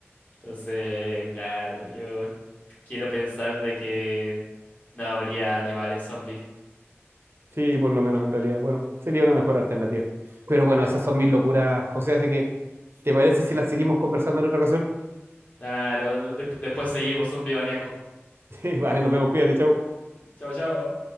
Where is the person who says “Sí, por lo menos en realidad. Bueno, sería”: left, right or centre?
Right